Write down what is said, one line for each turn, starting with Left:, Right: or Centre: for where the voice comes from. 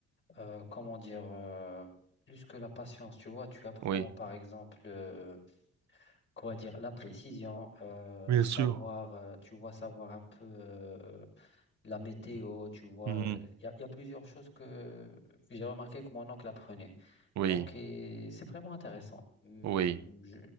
Left: euh, comment dire, euh, plus que la patience. Tu vois, tu apprends
Right: Oui.
Left: par exemple, euh, quoi dire, la précision, euh,
Right: Bien
Left: savoir,
Right: sûr.
Left: euh, tu vois, savoir un peu. euh, la météo, tu vois.
Right: Mhm.
Left: euh, Il y a, y a plusieurs choses que, que j'ai remarqué que mon oncle apprenait.
Right: Oui,
Left: Donc, et c'est vraiment intéressant. Hum,
Right: oui,
Left: je-